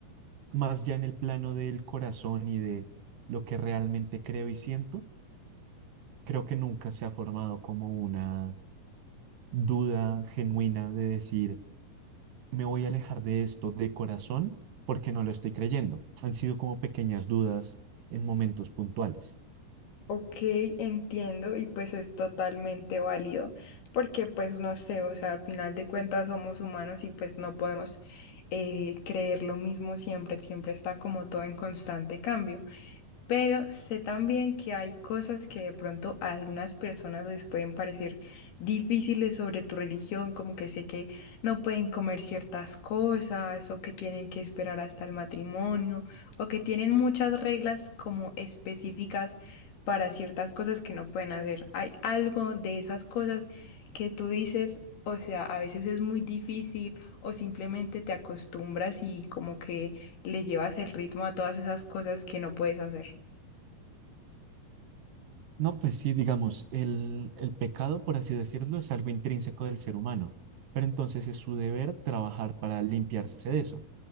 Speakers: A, on the right; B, on the left.
A: más ya en el plano del corazón y de lo que realmente creo y siento, creo que nunca se ha formado como una duda genuina de decir, me voy a alejar de esto de corazón porque no lo estoy creyendo. Han sido como pequeñas dudas en momentos puntuales.
B: Ok, entiendo y pues es totalmente válido porque pues no sé, o sea, al final de cuentas somos humanos y pues no podemos eh, creer lo mismo siempre, siempre está como todo en constante cambio. Pero sé también que hay cosas que de pronto a algunas personas les pueden parecer difíciles sobre tu religión, como que sé que no pueden comer ciertas cosas o que tienen que esperar hasta el matrimonio o que tienen muchas reglas como específicas para ciertas cosas que no pueden hacer. Hay algo de esas cosas que tú dices, o sea, a veces es muy difícil o simplemente te acostumbras y como que le llevas el ritmo a todas esas cosas que no puedes hacer.
A: No, pues sí, digamos, el, el pecado, por así decirlo, es algo intrínseco del ser humano, pero entonces es su deber trabajar para limpiarse de eso.